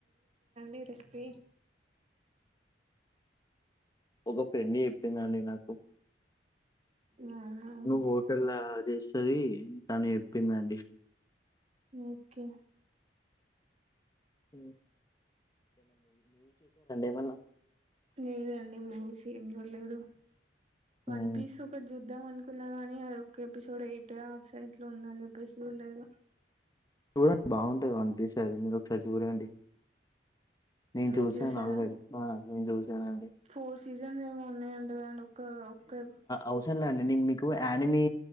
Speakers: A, on the right; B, on the left.
A: ఈ రెసిపి
B: ఒక ఫ్రెండ్ చెప్పిందండి నాకు
A: అవునా
B: తను హోటల్లా చేస్తది తను చెప్పిందండి.
A: ఓ ఒకే
B: అ ఏమన్నా
A: లేదండి మూవీస్ ఏం చూలేదు. వన్
B: ఉమ్
A: పీస్ ఒకటి ఇద్దాం అనుకున్నా కానీ అ ఒ ఎపిసోడ్ ఎయిట్ ఆ స ఇంట్లో ఉందని చెప్పేసి చూడలేదు
B: చూడండి బాగుంటది వనిపిస అది మీరు ఒకసారి చూడండి నేను
A: మీరు
B: చూసాను
A: చూసారా
B: ఆల్వేడీ నేను చూసానుండి
A: ఫోర్ సీజన్స్ ఏమో ఉన్నాయంట కదండి ఒక్క ఒక్క
B: అవసర లేండి నేను మీకు యానిమీ